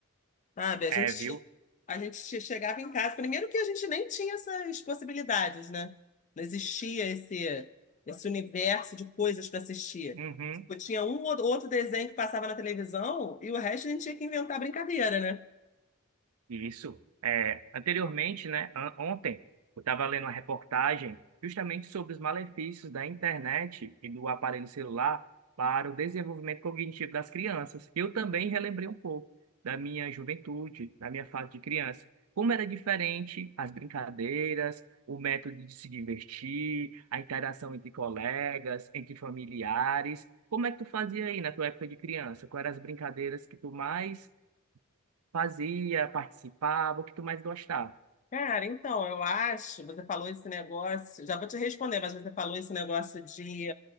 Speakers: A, on the left; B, on the right.
A: Sabe, a
B: É,
A: gente,
B: viu?
A: ti- a gente che- chegava em casa. Primeiro que a gente nem tinha essas possibilidades, né? Não existia esse, esse universo de coisas para assistir.
B: Uhum.
A: Tipo, tinha um ou outro desenho que passava na televisão e o resto a gente tinha que inventar brincadeira, né?
B: Isso. É, anteriormente, né, an- ontem, eu estava lendo uma reportagem justamente sobre os malefícios da internet e do aparelho celular para o desenvolvimento cognitivo das crianças. Eu também relembrei um pouco da minha juventude, da minha fase de criança. Como era diferente as brincadeiras, o método de se divertir, a interação entre colegas, entre familiares. Como é que tu fazia aí na tua época de criança? Quais eram as brincadeiras que tu mais Fazia, participava, o que tu mais gostava.
A: Cara, então, eu acho, você falou esse negócio, já vou te responder, mas você falou esse negócio de